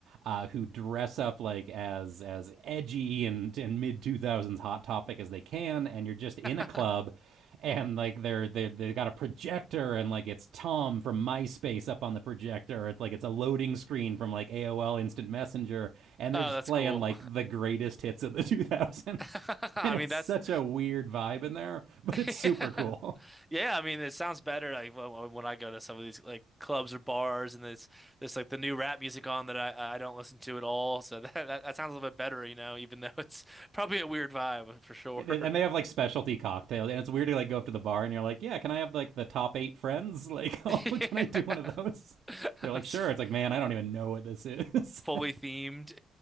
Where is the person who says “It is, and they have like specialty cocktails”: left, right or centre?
Right